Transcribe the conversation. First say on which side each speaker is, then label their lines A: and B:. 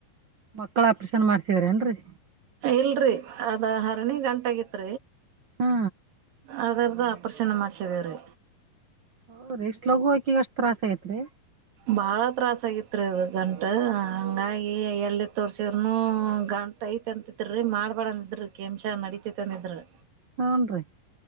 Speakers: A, on the right; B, on the right.
A: ಮಕ್ಕಳ ಆಪ್ರೇಷನ್ ಮಾಡ್ಸಿದ್ರೇನ್ರರಿ
B: ಇಲ್ರಿ. ಅದ ಹರಣಿಗಂಟಾಗಿತ್ರಿ.
A: ಹಾ
B: ಅದರ್ದು ಅಪರೇಷನ್ ಮಾಡ್ಸಿದೇವ್ರೀ.
A: ಓ ಎಷ್ಟ್ ಲೋಗು ಆಕಿಗ್ ಅಷ್ಟು ತ್ರಾಸ್ ಆಗೖತ್ ರೀ
B: ಬಾಳ ತ್ರಾಸ ಆಗಿತ್ರಿ ಅದು ಗಂಟು ಹಂಗಾಗಿ ಎಲ್ಲಿ ತೋರ್ಸಿರನು ಗಂಟೖತ್ ಅಂತತ್ರಿ ಮಾಡ್ಬೇಡಂದಿದ್ರಿ <unintelligible> ನಡಿತೖತಂದಿದ್ರಿ.
A: ಹ್ನ್ ರೀ